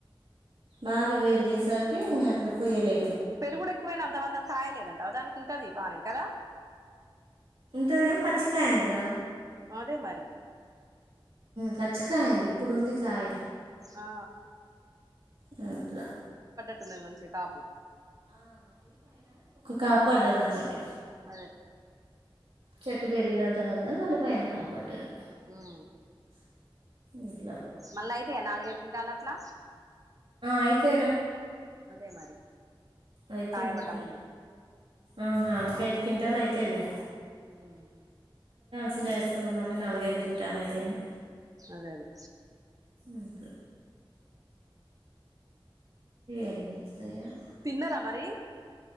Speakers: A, on the right; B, on the right.
A: బాగా పెరిగేసరికి అట్లా కొయ్యలే
B: పెరుగుడు ఎక్కువైనా అంత మందం కాయలేదంట దానికి ఉంటది బానే కదా
A: తేరం పచ్చిక అయ్యిద్ర
B: అదే మరి
A: పచ్చికాయింది. ఇప్పుడు ఉంది కాయ
B: ఆ..
A: హెల్ప్ ల
B: కిందది మంచి కాపు
A: కాపాడదన్నట్టు
B: అదె
A: చెట్టు పెరిగినంత మందం వాళ్లు పైన కాపా ట్టదు
B: హ్మ్
A: హ్మ్
B: మళ్ళ అయితయ నాలుగైదు కింటాల్ లట్ల
A: అయితేరా
B: అదే మరి
A: అయితయ్
B: కాయబడ్డ
A: అయితయ్
B: మందం
A: ఆ నాలుగైదు కింటాల్ అయితయ్లే
B: హ్మ్
A: సీద ఏసుకున్నం మళ్ళీ నాలుగైదు క్వింటాల్ అయితాయని
B: అదె అదె
A: ఇంక ఏం జెత్తదొ ఏమో
B: తిన్నర మరీ